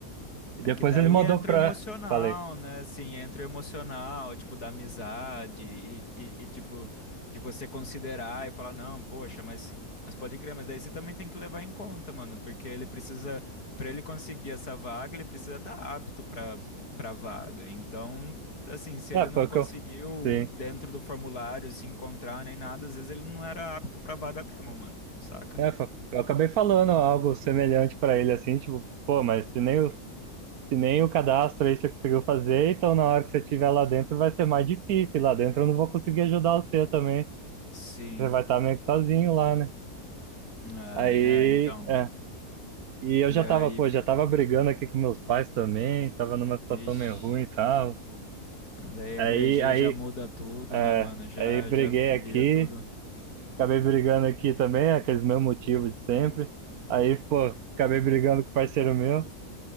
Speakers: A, on the right (about 75°); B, on the left (about 85°).
A: E
B: É
A: depois
B: que daí
A: ele mandou
B: entra
A: pra.
B: o emocional,
A: Falei.
B: né? Assim, entra o emocional, tipo, da amizade e, e- e, tipo, de você considerar e falar, não, poxa, mas, mas pode crer, mas daí você também tem que levar em conta, mano, porque ele precisa, pra ele conseguir essa vaga, ele precisa estar apto pra, pra vaga. Então, assim, se
A: É,
B: ele não
A: foi
B: conseguiu
A: o que eu. Sim.
B: dentro do formulário se encontrar nem nada, às vezes ele não era apto pra vaga mesmo, mano, saca?
A: É, fa- eu acabei falando algo semelhante pra ele, assim, tipo, pô, mas se nem o, se nem o cadastro aí você conseguiu fazer, então na hora que você estiver lá dentro vai ser mais difícil. Lá dentro eu não vou conseguir ajudar você também.
B: Sim.
A: Você vai estar meio que sozinho lá, né?
B: É,
A: Aí,
B: é, então.
A: é. E
B: E
A: eu já
B: aí
A: tava, pô,
B: fica.
A: já tava brigando aqui com meus pais também, tava numa situação
B: Ixi.
A: meio ruim e tal.
B: Daí
A: Aí,
B: a energia
A: aí,
B: já muda tudo,
A: é,
B: né, mano? Já,
A: aí briguei
B: já vira
A: aqui,
B: tudo.
A: acabei brigando aqui também, aqueles meus motivos de sempre. Aí, pô, acabei brigando com o parceiro meu.